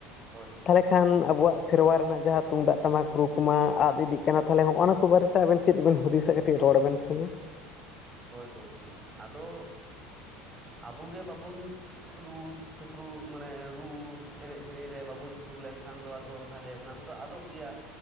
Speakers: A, on the right (about 20°); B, on the left (about 35°).
A: ᱦᱳᱭ ᱦᱳᱭ᱾
B: ᱛᱟᱦᱚᱞᱮ ᱠᱷᱟᱱ ᱟᱵᱚᱣᱟᱜ ᱥᱮᱨᱣᱟ ᱨᱮᱱᱟᱜ ᱡᱟᱦᱟᱸ ᱛᱩᱢᱫᱟᱜ ᱴᱟᱢᱟᱠ ᱨᱩ ᱠᱩᱢᱟ ᱟᱫ ᱤᱫᱤᱜ ᱠᱟᱱᱟ ᱛᱟᱦᱚᱞᱮ ᱦᱚᱜᱼᱚᱱᱟ ᱠᱚ ᱵᱟᱨᱮ ᱛᱮ ᱟᱵᱮᱱ ᱪᱮᱫ ᱵᱮᱱ ᱦᱩᱫᱤᱥᱟ ᱠᱟᱹᱴᱤᱡ ᱨᱚᱲ ᱵᱮᱱ ᱥᱮ ᱢᱟ?
A: ᱦᱳᱭ ᱜᱚᱝᱠᱮ ᱟᱫᱚ? ᱟᱵᱚᱜᱮ ᱵᱟᱵᱩᱱ ᱨᱩᱥ ᱥᱩᱯᱨᱩ ᱢᱟᱱᱮ ᱨᱩ ᱮᱱᱮᱡ ᱥᱮᱨᱮᱧ ᱨᱮ ᱵᱟᱵᱚᱱ ᱥᱩᱨ ᱞᱮᱱᱠᱷᱟᱱ ᱫᱚ ᱟᱫᱚ ᱛᱟᱦᱚᱞᱮ ᱚᱱᱟ ᱠᱚᱫᱚ ᱟᱫᱚᱜ ᱜᱮᱭᱟ